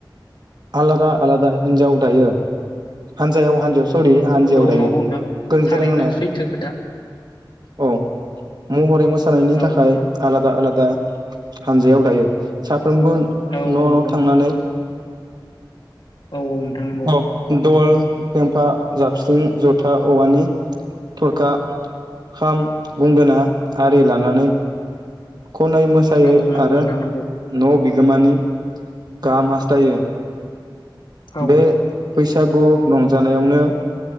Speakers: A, on the right; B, on the left.
A: आलादा आलादा हिनजाव दायो हानजायाव हानजायाव सरि हानजायाव
B: औ
A: दायो
B: नंगौ नोंथां
A: गोरोनथि
B: थारैनो
A: जादों आंना
B: सैथो खोथा
A: औ महरै मोसानायनि
B: औ
A: थाखाय आलाद आलादा आलादा हानजायाव दायो साफ्रोमबो न'
B: औ
A: न'
B: नंगौ नोंथां
A: थांनानै
B: औ औ नोंथां नंगौ
A: अ दल फमफा जाबस्रिं जथा औवानि थरखा खाम गुंगोना आरि लानानै खनाय मोसायै
B: औ नंगौ
A: आरो
B: नोंथां नंगौ
A: न' बिख गोमानि गाहाम हास्थायो
B: औ
A: बे बैसागु रंजानायावनो